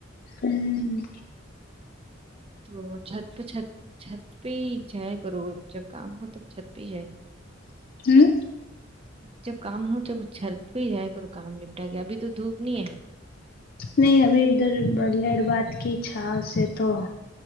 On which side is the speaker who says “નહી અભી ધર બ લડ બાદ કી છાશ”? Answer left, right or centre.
Left